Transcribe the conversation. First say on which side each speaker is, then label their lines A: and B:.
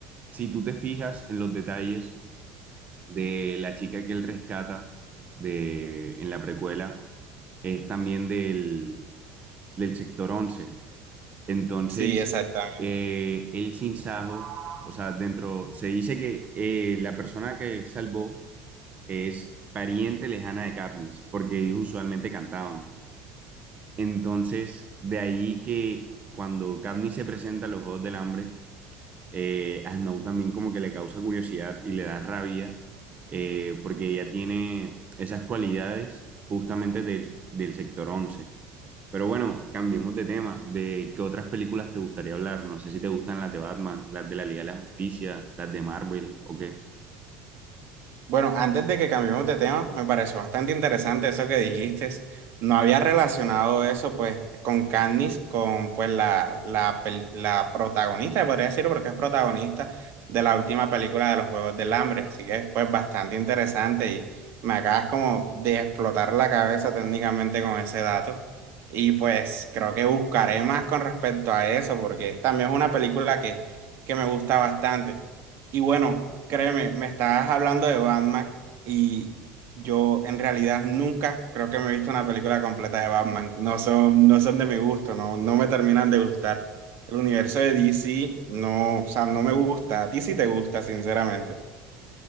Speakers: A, on the right (about 30°); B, on the right (about 55°).
A: si tú te fijas en los detalles de la chica que él rescata de, en la precuela, es también del, del sector once Entonces,
B: Sí, exactamente.
A: eh, el sinsajo, o sea, dentro, se dice que eh, la persona que él salvó es pariente lejana de Katniss, porque ellos usualmente cantaban. Entonces, de ahí que cuando Katniss se presenta a los Juegos del Hambre, eh, a Snow también como que le causa curiosidad y le da rabia, eh, porque ella tiene esas cualidades justamente del, del sector 11. Pero bueno, cambiemos de tema. ¿De qué otras películas te gustaría hablar? No sé si te gustan las de Batman, las de la Liga de la Justicia, las de Marvel o qué.
B: Bueno, antes de que cambiemos de tema, me pareció bastante interesante eso que dijiste. No había relacionado eso pues con Katniss, con pues la, la, pel- la protagonista, podría decirlo porque es protagonista de la última película de los Juegos del Hambre, así que pues bastante interesante y me acabas como de explotar la cabeza técnicamente con ese dato. Y pues creo que buscaré más con respecto a eso porque también es una película que, que me gusta bastante. Y bueno, créeme, me estabas hablando de Batman y yo en realidad nunca creo que me he visto una película completa de Batman. No son, no son de mi gusto, no, no me terminan de gustar. El universo de DC no, o sea, no me gusta. A ti sí te gusta, sinceramente.